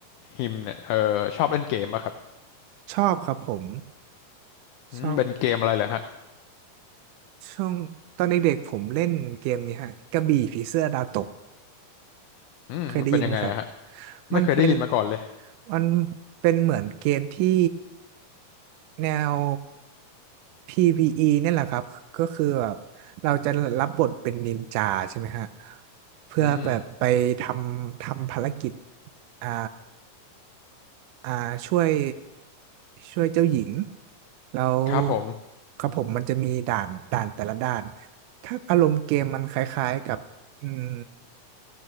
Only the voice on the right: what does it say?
ชอบครับผม
ชอบ ช่วงตอนเด็กๆผมเล่นเกมนี้ฮะกระบี่ผีเสื้อดาวตก
เคยได้ยินไหมครับ
มันเป็น มันเป็นเหมือนเกมที่แนว PVE เนี่ยแหละครับ ก็คือแบบเราจะรับบทเป็นนินจาใช่ไหมฮะเพื่อแบบไปทำทำภารกิจ
อ่าอ่าช่วยช่วยเจ้าหญิงแล้ว
ครับผมมันจะมีด่านด่านแต่ละด่านถ้าอารมณ์เกมมันคล้ายๆกับอืม